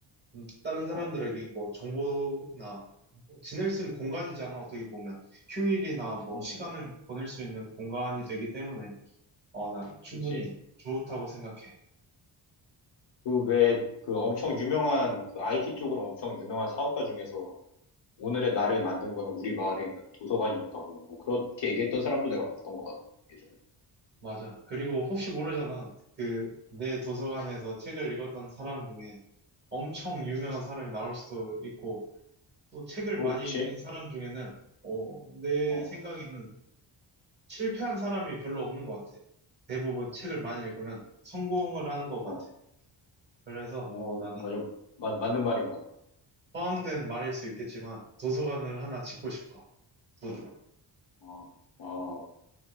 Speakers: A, on the right (about 25°); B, on the left (about 65°).
A: 음, 다른 사람들에게
B: 어.
A: 뭐 정보나, 뭐 지낼 수 있는 공간이잖아, 어떻게 보면. 휴일이나 뭐
B: 응,
A: 시간을 보낼 수 있는 공간이 되기 때문에, 어, 난 충분히
B: 그치.
A: 좋다고 생각해.
B: 그 왜, 그 엄청 유명한, 그 IT 쪽으로 엄청 유명한 사업가 중에서 오늘의 나를 만든 거는 우리 마을에 있는 도서관이었다고, 뭐, 그렇게 얘기했던 사람도 내가 봤던 것 같아, 예전에.
A: 맞아. 그리고 혹시 모르잖아. 그, 내 도서관에서 책을 읽었던 사람 중에 엄청 유명한 사람이 나올 수도 있고, 또 책을
B: 뭐,
A: 많이
B: 그치?
A: 읽는 사람 중에는 어, 내
B: 어,
A: 생각에는 실패한 사람이 별로 없는 것 같아. 대부분 책을 많이 읽으면 성공을 하는 것
B: 어,
A: 같아. 그래서
B: 뭐
A: 어, 나는
B: 맞아. 맞, 맞는 말인 것
A: 허황된 말일 수 있겠지만 도서관을 하나 짓고 싶어. 돈으로.
B: 같아. 어, 어,